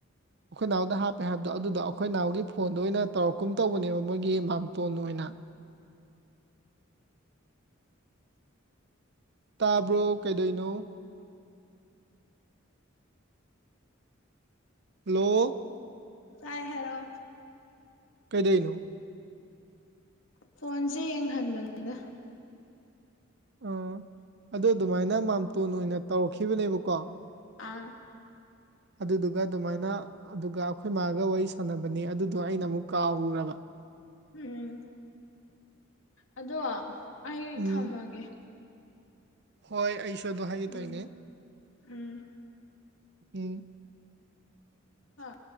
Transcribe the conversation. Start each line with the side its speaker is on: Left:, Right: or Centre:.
Right: ꯑꯩꯈꯣꯏ ꯅꯍꯎꯗ ꯍꯥꯞꯄꯦ ꯍꯥꯏꯕꯗꯣ ꯑꯗꯨꯗꯣ ꯑꯩꯈꯣꯏ ꯅꯍꯎꯒꯤ ꯐꯣꯟꯗꯣ ꯑꯣꯏꯅ ꯇꯧꯔꯛꯀꯨꯝ ꯇꯧꯕꯅꯦꯕ ꯃꯣꯏꯒꯤ ꯃꯥꯝꯇꯣꯟ ꯑꯣꯏꯅ <unintelligible> ꯇꯥꯕ꯭ꯔꯣ ꯀꯩꯗꯩꯅꯣ ꯍꯜꯂꯣ
Left: ꯇꯥꯏ ꯍꯥꯏꯔꯣ
Right: ꯀꯩꯗꯅꯣ
Left: ꯐꯣꯟꯁꯦ ꯌꯦꯡꯍꯟꯕꯅꯤꯗ
Right: ꯑꯥ ꯑꯗꯨꯗ ꯑꯗꯨꯃꯥꯏꯅ ꯃꯥꯝꯇꯣꯟ ꯑꯣꯏꯅ ꯇꯧꯔꯛꯈꯤꯕꯅꯦꯕꯀꯣ
Left: ꯑꯥ
Right: ꯑꯗꯨꯗꯨꯒ ꯑꯗꯨꯃꯥꯏꯅ ꯑꯗꯨꯒ ꯑꯩꯈꯣꯏ ꯃꯥꯒ ꯋꯥꯔꯤ ꯁꯥꯟꯅꯕꯅꯤ ꯑꯗꯨꯗꯣ ꯑꯩꯅ ꯑꯃꯨꯛ ꯀꯥꯎꯔꯨꯔꯕ
Left: ꯎꯝ ꯑꯗꯣ ꯑꯩ
Right: ꯎꯝ
Left: ꯊꯝꯃꯒꯦ
Right: ꯍꯣꯏ ꯑꯩꯁꯨ ꯑ ꯑꯗꯨ ꯍꯥꯏꯒꯦ
Left: ꯎꯝ
Right: ꯇꯥꯏꯅꯦ
Left: ꯎꯝ
Right: ꯎꯝ
Left: ꯍꯥꯥ